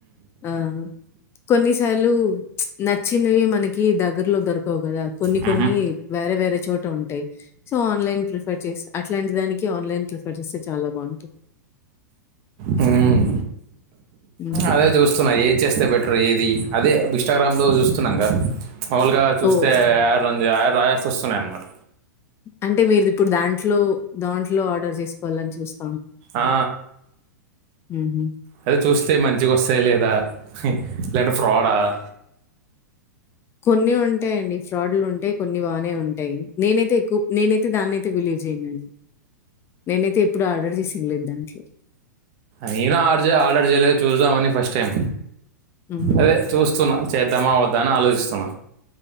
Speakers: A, on the left (about 25°); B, on the right (about 40°).
A: ఆ కొన్నిసార్లు నచ్చినవి మనకి దగర్ లో దరకావు కదా కొన్ని
B: మ్మ్.
A: కొన్ని వేరే వేరే చోట ఉంటాయి సో ఆన్లైన్ ప్రిఫర్ చేసి అట్లాంటి దానికి ఆన్లైన్ చేస్తే చా బాగుంటాయి
B: హ్మ్
A: హ్మ్.
B: అదే చూస్తున్నా ఏది చేస్తే బెటర్ ఏది అదే ఇన్స్టాగ్రామ్ లో చూస్తున్నాం క మాములుగా చూస్తే
A: ఓహ్!
B: ఆరు రం యాడ్స్ వస్తున్నాయి అన్నమాట
A: అంటే మీరు ఇప్పుడు దాంట్లో దాంట్లో ఆర్డర్ చేసుకోవాలని చూస్త
B: ఆ
A: హుహు.
B: అదే చూస్తే మంచిగ వస్తాయి లేదా లే అంటే ఫ్ర్రాడ ఆ
A: కొన్ని ఉంటాయండి ఫ్రాడ్లు ఉంటాయి కొన్ని బాగానే ఉంటాయి నేనైతే ఎక్కు నేనైతే దాన్నే విలేజ్ ఎందని నేనైతే ఎప్పుడు ఆర్డర్ చేసింది లేదు దానికి
B: నేను ఆర్డర్ చేయ ఆర్డర్ చేయలేదు చూసుద్దమని ఫస్ట్ టైం
A: హుహు.
B: అదే చూస్తున్న చేద్దామ వద్ద అని ఆలోచిస్తున్న